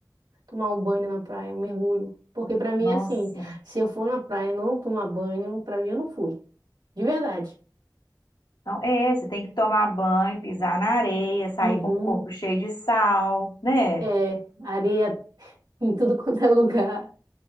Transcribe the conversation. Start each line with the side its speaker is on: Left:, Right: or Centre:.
Right: tomar um banho na praia, um mergulho. Porque pra mim,
Left: Nossa.
Right: é assim, se eu for na praia e não tomar banho, pra mim eu não fui. De verdade.
Left: Então, é, você tem que tomar banho, pisar na areia, sair
Right: Uhum.
Left: com o corpo cheio de sal, né?
Right: É, areia em tudo quanto é lugar.